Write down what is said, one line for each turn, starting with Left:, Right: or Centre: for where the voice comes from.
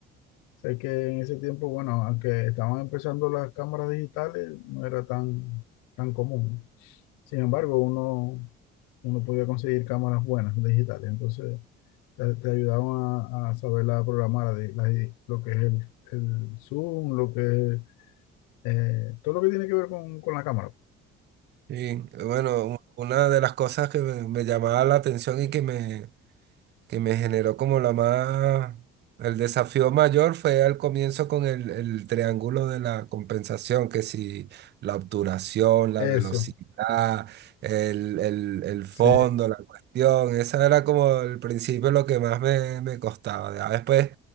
Left: Sé que en ese tiempo, bueno, aunque estaban empezando las cámaras digitales, no era tan, tan común. Sin embargo, uno, uno podía conseguir cámaras buenas, digitales. Entonces, te, te ayudaban a, a saber la programar, la di- la di- lo que es el, el zoom, lo que es eh, todo lo que tiene que ver con, con la cámara.
Right: Sí, bueno, u- una de las cosas que me, me llamaba la atención y que me, que me generó como la más... El desafío mayor fue al comienzo con el, el triángulo de la compensación, que si la obturación, la
Left: Eso,
Right: velocidad, el, el- el fondo,
Left: sí.
Right: la cuestión, esa era como el principio lo que más me, me costaba. Ya después,